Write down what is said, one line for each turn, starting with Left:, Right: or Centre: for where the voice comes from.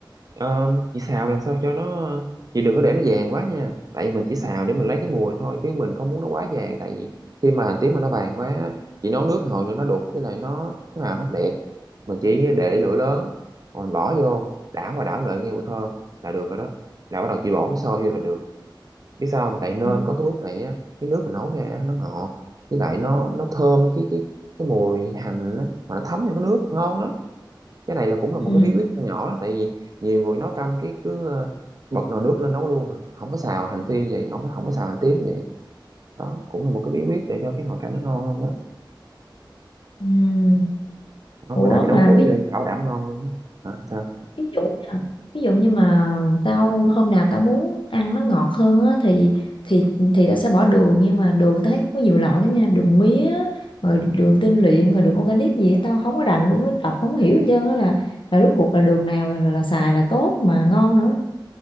Right: ờ, chị xào làm sao cho nó chị đừng có để nó vàng quá nha. Tại vì mình chỉ xào để mình lấy cái mùi thôi chứ mình không muốn nó quá vàng tại vì khi mà hành tím mà nó vàng quá á, chị nấu nước một hồi nữa nó đục cái này nó cái màu nó không đẹp. Mình chỉ để lửa lớn rồi bỏ vô đảo qua đảo lại nghe mùi thơm là được rồi đó. Là bắt đầu chị bỏ nước sôi vô là được. Biết sao không? Tại nên
Left: ừ.
Right: có cái bước này á, cái nước mình nấu ra á, nó ngọt với lại nó nó thơm cái cái cái mùi hành á, mà nó thấm vô cái nước ngon lắm cái này là cũng là một
Left: Ừ.
Right: cái bí quyết nho nhỏ đó, tại vì nhiều người nấu canh cái cứ ờ, bật nồi nước lên nấu luôn à. không có xào hành phi vậy không có không có xào hành tím vậy đó cũng là một cái bí quyết để cho cái nồi canh nó ngon hơn đó,
Left: Ừ.
Right: đó
Left: ủa
Right: bữa nào chị nấu
Left: mà
Right: thử
Left: ví
Right: đi
Left: dụ
Right: bảo đảm ngon luôn đó hả sao
Left: ví dụ nha ví dụ như mà tao hôm nào tao muốn ăn nó ngọt hơn á thì thì thì tao sẽ bỏ đường nhưng mà đường tao thấy cũng có nhiều loại lắm nha đường mía rồi đường tinh luyện rồi đường organic gì á, tao không có rành luôn á đọc không hiểu hết trơn á là là rốt cuộc là đường nào là là xài là tốt mà ngon nữa